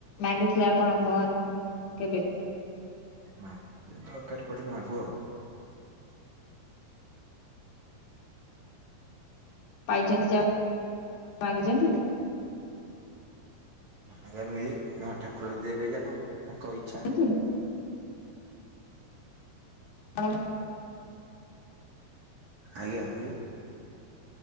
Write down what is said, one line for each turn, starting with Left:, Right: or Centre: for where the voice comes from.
Left: ମାଗି ଥି ଯେ ଆପଣ ଭଗବାନଙ୍କୁ କେବେ
Right: ମା ଏ ଧକାରେ ପଡି ମାଗୁ ଆଉ
Left: ପାଇଛନ୍ତି ଯା ମାଗିଚନ୍ତି?
Right: ଆଜ୍ଞା ମିଳେ ହଁ ଠାକ କହିଦେଲେ ଯା ହଉ ତାଙ୍କ ଇଚ୍ଛା।
Left: ପାଇଛନ୍ତି ଆପଣ
Right: ଆଜ୍ଞା ହୁଏ।